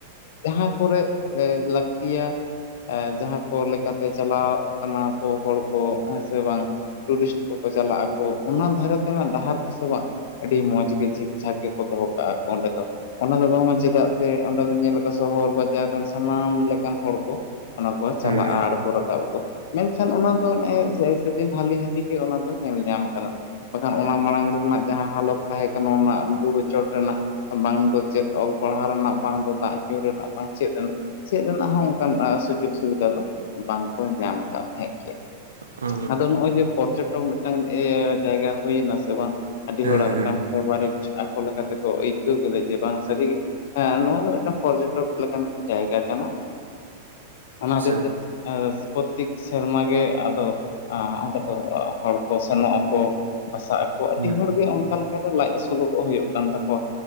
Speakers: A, on the left; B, on the right.
A: ᱡᱟᱦᱟᱸ ᱾ ᱠᱚᱨᱮᱜ ᱮ ᱞᱟᱹᱠᱛᱤᱭᱟ ᱾ ᱮ ᱡᱟᱦᱟᱸ ᱠᱚ ᱞᱮᱠᱟᱛᱮ ᱪᱟᱞᱟᱜ ᱠᱟᱱᱟ ᱠᱚ ᱦᱚᱲ ᱠᱚ ᱦᱮᱸ ᱥᱮ ᱵᱟᱝ ᱾ ᱴᱩᱨᱤᱥᱴ ᱠᱚᱠᱚ ᱪᱟᱞᱟᱜ ᱟᱠᱚ ᱚᱱᱟ ᱫᱷᱟᱨᱮ ᱛᱮᱱᱟᱜ ᱰᱟᱦᱟᱨ ᱠᱚ ᱥᱮ ᱵᱟᱝ ᱾ ᱟᱹᱰᱤ ᱢᱚᱡᱽ ᱜᱮ ᱡᱷᱤᱠ ᱡᱷᱟᱠ ᱜᱮᱠᱚ ᱫᱚᱦᱚ ᱠᱟᱜᱼᱟ ᱠᱚ ᱚᱸᱰᱮ ᱫᱚ ᱾ ᱚᱱᱟ ᱫᱚ ᱵᱟᱝᱢᱟ ᱪᱮᱫᱟᱜ ᱥᱮ ᱚᱸᱰᱮ ᱫᱚ ᱧᱮᱞᱟᱠᱚ ᱥᱚᱦᱚᱨ ᱵᱟ ᱡᱟᱨ ᱥᱟᱻᱱᱟᱢ ᱞᱮᱠᱟᱱ ᱦᱚᱲ ᱠᱚ ᱚᱱᱟ ᱠᱚ ᱪᱟᱞᱟᱜᱼᱟ
B: ᱦᱩᱸ
A: ᱟᱲᱜᱳ ᱨᱟᱠᱟᱵ ᱟᱠᱚ᱾ ᱢᱮᱱᱠᱷᱟᱱ ᱚᱱᱟ ᱫᱚ ᱱᱮᱜᱼᱮ ᱥᱮ ᱥᱮᱫᱤᱱ ᱦᱟᱹᱞᱤ ᱦᱟᱹᱞᱤ ᱜᱮ ᱚᱱᱟ ᱫᱚ ᱧᱮᱞ ᱧᱟᱢ ᱠᱟᱱᱟ᱾ ᱵᱟᱠᱷᱟᱱ ᱚᱱᱟ ᱢᱟᱲᱟᱝ ᱨᱮᱱᱟᱜ ᱡᱟᱦᱟᱸ ᱦᱟᱞᱚᱛ ᱛᱟᱦᱮᱸ ᱠᱟᱱᱟ ᱚᱱᱟ ᱵᱩᱨᱩ ᱪᱚᱴ ᱨᱮᱱᱟᱜ ᱵᱟᱝ ᱫᱚ ᱪᱮᱫ ᱚᱞ ᱯᱟᱲᱦᱟ ᱨᱮᱱᱟᱜ ᱵᱟᱝ ᱫᱚ ᱫᱟᱜ ᱧᱩ ᱨᱮᱱᱟᱜ ᱵᱟᱝ ᱪᱮᱫ ᱨᱮᱱᱟᱜ ᱪᱮᱫ ᱨᱮᱱᱟᱜ ᱦᱚᱸ ᱚᱱᱠᱟᱱ ᱥᱩᱡᱳᱜᱽ ᱥᱩᱵᱤᱫᱷᱟ ᱫᱚ ᱵᱟᱝ ᱠᱚ ᱧᱟᱢ ᱠᱟᱫ ᱛᱟᱦᱮᱸᱡ᱾
B: ᱚ
A: ᱟᱫᱚ ᱱᱚᱜᱼᱚᱭ ᱡᱮ ᱯᱚᱨᱡᱚᱴᱚᱠ ᱢᱤᱫᱴᱟᱝ ᱮᱭᱟᱹ ᱡᱟᱭᱜᱟ ᱦᱩᱭ ᱮᱱᱟ ᱥᱮ ᱵᱟᱝ᱾ ᱟᱹᱰᱤ
B: ᱦᱮᱸ
A: ᱦᱚᱲᱟᱜ ᱢᱮᱫᱴᱟᱝ
B: ᱦᱮᱸ
A: ᱯᱷᱮᱵᱟᱨᱤᱴ ᱟᱠᱚ ᱞᱮᱠᱟᱛᱮ ᱠᱚ ᱟᱹᱭᱠᱟᱹᱣ ᱠᱮᱫᱟ ᱡᱮ ᱵᱟᱝ ᱥᱟᱹᱨᱤᱜᱮ ᱦᱮᱸ ᱱᱚᱣᱟ ᱫᱚ ᱢᱮᱫᱴᱟᱝ ᱯᱚᱨᱡᱚᱴᱚᱠ ᱞᱮᱠᱟᱱ ᱡᱟᱭᱜᱟ ᱠᱟᱱᱟ ᱚᱱᱟ
B: ᱟᱪᱪᱷᱟ
A: ᱠᱷᱟᱹᱛᱤᱨ ᱛᱮ ᱟᱨ ᱯᱨᱚᱛᱛᱤᱠ ᱥᱮᱨᱢᱟ ᱜᱮ ᱟᱫᱚ ᱟᱸ ᱚᱸᱰᱮ ᱫᱚ ᱦᱚᱲ ᱠᱚ ᱥᱮᱱᱚᱜ ᱟᱠᱚ ᱵᱟᱥᱟᱜ ᱟᱠᱚ ᱟᱹᱰᱤ
B: ᱦᱩᱸ
A: ᱦᱚᱲᱜᱮ ᱚᱱ ᱠᱟᱞᱮᱠᱟᱨᱮ ᱞᱟᱡ ᱟᱹᱥᱩᱞᱚᱜ ᱦᱳᱭᱳᱜ ᱠᱟᱱ ᱛᱟᱠᱚᱣᱟ